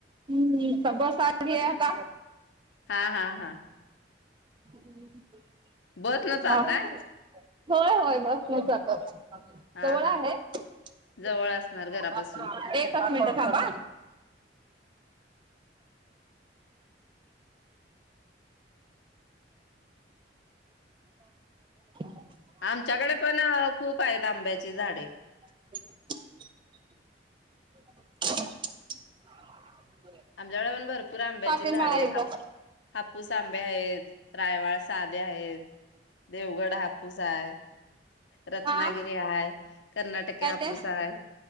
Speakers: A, on the right (about 25°); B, on the left (about 85°).
A: मी बस आत गेली आता
B: हा हा हा
A: <inaudible>
B: बस न जाताय?
A: हा होय होय बस नं जातोच.
B: हा
A: जवळ
B: हा
A: आहे <unintelligible>
B: जवळ असणार घरापासून
A: एकच मिनिटं थांबा <unintelligible> <unintelligible> <unintelligible>
B: आमच्याकडे पण खूप आहेत आंब्याची झाडे.
A: <unintelligible> <inaudible>
B: आमच्याकडे पण भरपूर आंब्याची
A: पाटील
B: झाडे
A: मळा
B: आहेत,
A: एकदा
B: हाप हापूस तांबे आहेत. रायवाड साधे आहेत देवगड हापूस हाय <inaudible> रत्नागिरी
A: हा
B: हाय, कर्नाटकी
A: काय
B: हापूस
A: ते
B: हाय,